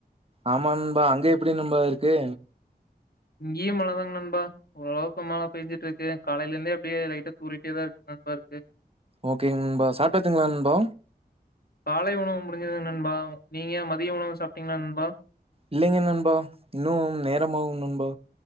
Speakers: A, on the right; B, on the left.
A: ஆமா நண்பா, அங்க எப்டி நண்பா இருக்கு?
B: இங்கியு மழ தாங் நண்பா ஓரளவுக்கு மழை பேய்ஞ்சிட்டு இருக்கு காலையில இருந்தே அப்டியே லைட்டா தூறிட்டேதா நண்பா இருக்கு
A: ஓக்கேங் நண்பா சாப்டாச்சிங்களா நண்பா
B: காலை உணவு முடிஞ்சதுங் நண்பா நீங்க மதிய உணவு சாப்ட்டீங்களா நண்பா
A: இல்லைங்க நண்பா இன்னும் நேரமாகு நண்பா